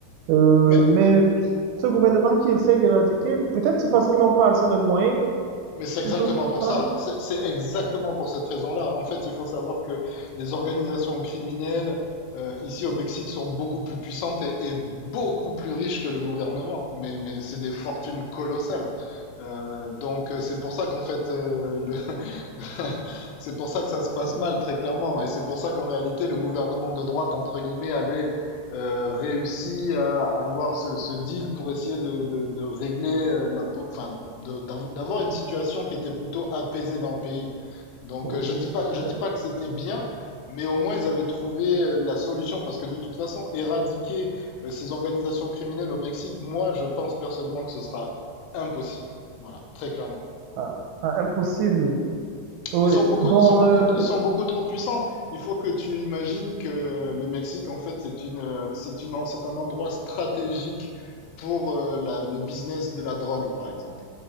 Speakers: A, on the right; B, on the left.
A: Euh,
B: Mais,
A: mais ce gouvernement qui essaye d'éradiquer, peut-être c'est parce qu'ils n'ont pas assez de moyens
B: mais c'est
A: tu
B: exactement
A: ne trouves
B: pour
A: pas?
B: ça. C'est c'est exactement pour cette raison-là. En fait, il faut savoir que les organisations criminelles euh, ici au Mexique sont beaucoup plus puissantes et, et beaucoup plus riches que le gouvernement. Mais, mais c'est des fortunes colossales. Euh, donc, euh, c'est pour ça qu'en fait, euh, le, <laughs> C'est pour ça que ça se passe
A: Euh,
B: mal, très clairement. Et c'est pour ça qu'en réalité, le gouvernement de droite, entre guillemets, avait euh, réussi à, à avoir ce, ce deal pour essayer de, de, de régler euh, la, po- enfin, de- d'av- d'avoir une situation qui était plutôt apaisée dans le pays. Donc,
A: Oui.
B: euh, je dis pas, je dis
A: Euh,
B: pas que c'était bien, mais au moins ils avaient trouvé euh, la solution parce que de toute façon, éradiquer euh, ces organisations criminelles au Mexique, moi, je pense personnellement que ce sera impossible. Voilà, très clairement.
A: ah, ah, impossible. Oui.
B: Ils sont beaucoup,
A: Bon,
B: ils sont beaucoup,
A: euh,
B: ils sont beaucoup trop puissants. Il faut que tu imagines que le Mexique, en fait, c'est une, euh, c'est une, c'est un endroit stratégique pour euh, la- le business de la drogue, par exemple,